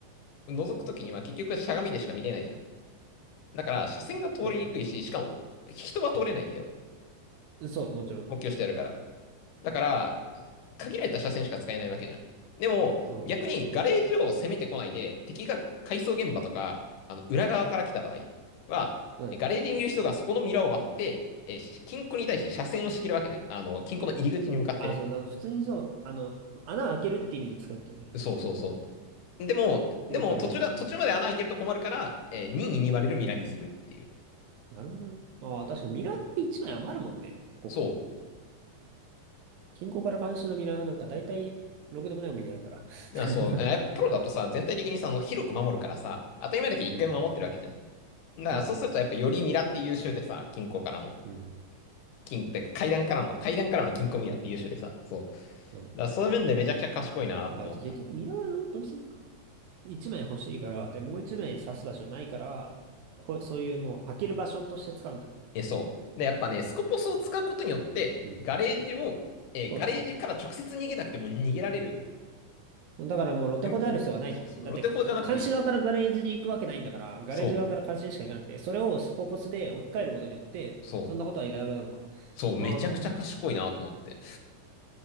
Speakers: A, on the left; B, on the right.
A: 覗くときには結局しゃがみでしか見れないじゃん。だから、車線が通りにくいし、
B: そうだね。
A: しかも、人は通れないんだよ。
B: うんそう、もちろん。
A: 補強してやるから。だから、限られた車線しか使えないわけじゃん。でも、
B: うん。
A: 逆にガレージを攻めてこないで、敵が改装現場とか、あの、裏側から来た場合は、
B: うん。
A: ガレージにいる人がそこのミラーを割って、え、金庫に対して車線を仕切るわけじゃん。あの、金庫の入り口に向かってね。
B: あ、そうだ。普通にそう、あの、穴開けるって意味で使ってるんだよね。
A: そうそうそう。でも、でも途中だ、
B: よくある写真のと
A: 途中まで穴開いてると困るから、えー、任意に割れるミラーにするっていう。
B: なるほどね。ああ、確かにミラーって1枚余るもんね。ここ。
A: そ
B: 近郊から監視のミラーなんか大体、ろくでもないお目に合うから。<laughs>
A: う。だからそう、やっぱプロだとさ、全体的にさ、あの、広く守るからさ、当たり前だけど一回も守ってるわけじゃん。
B: うん。
A: だからそうするとやっぱよりミラって優秀でさ、
B: そうだね。
A: 金庫からの。
B: うん。
A: 金、てか階段からの、階段からの金庫ミラーって優秀でさ、そう。だか
B: うん。
A: らそういう面でめちゃくちゃ賢いなって思った。
B: だから結局ミラーはどどうせ1枚欲しいから、で、もう1枚刺す場所ないから、こそういうもう開ける場所として使うんだ。
A: え、そう。で、やっぱね、スコポスを使うことによって、
B: うん。
A: ガレージを、えーガレージから直接逃げなくても逃げられる。
B: そうだね。だからもう露テホである必要はないってこと。
A: 戦法。そうそうそう。
B: だって、
A: ロテ法じゃなくていい。
B: 監視側からガレージに行くわけないんだから、ガレージ側から監視にしか行かなくて、
A: そう。
B: それをスコーポスで置き換えることによって、
A: そう。
B: そんなことはいらなくなるのか。
A: そう。めちゃくちゃ賢いなと思って。
B: ああ、なるほどね。